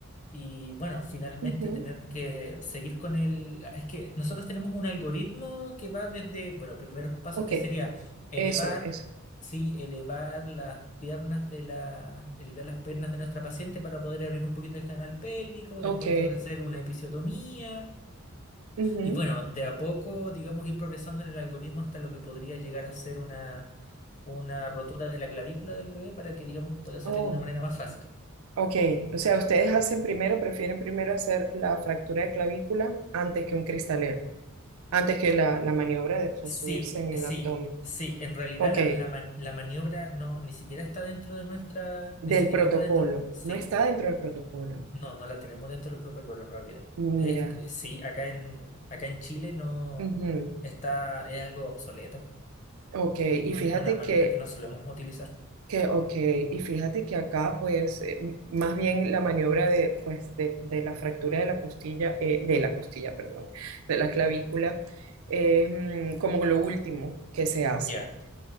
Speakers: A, on the left; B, on the right.
A: y bueno, finalmente
B: ujú,
A: tener que seguir con el... Es que nosotros tenemos un algoritmo que va desde, bueno, primeros pasos
B: Ok,
A: que sería elevar,
B: eso, eso.
A: sí, elevar las piernas de la... elevar las piernas de nuestra paciente para poder abrir un poquito el canal pélvico,
B: Ok.
A: después poder hacer una episiotomía.
B: ujú,
A: Y bueno, de a poco, digamos, ir progresando en el algoritmo hasta lo que podría llegar a ser una, una rotura de la clavícula del bebé para que, digamos, pueda salir
B: Oh,
A: de una manera más fácil.
B: ok. O sea, ustedes hacen primero, prefieren primero hacer la fractura de clavícula antes que un cristalero, antes que la, la maniobra de subirse
A: Sí, eh,
B: en el
A: sí,
B: abdomen.
A: sí. En realidad
B: Ok,
A: la, la, man- la maniobra no, ni siquiera está dentro de nuestra,
B: del
A: ni siquiera
B: protocolo,
A: está dentro. Sí,
B: no está dentro del protocolo.
A: no, no la tenemos dentro del protocolo en realidad.
B: Mira,
A: Es que sí, acá en, acá en Chile no
B: ujú,
A: está, es algo obsoleto.
B: ok,
A: Es
B: y
A: un-
B: fíjate
A: es una maniobra
B: que,
A: que no solemos utilizar.
B: que, ok, y fíjate que acá, pues, eh, m- más bien la maniobra de, pues, de, de la fractura de la costilla, eh, de la costilla, perdón, de la clavícula, es mm, como lo último que se hace.
A: Ya,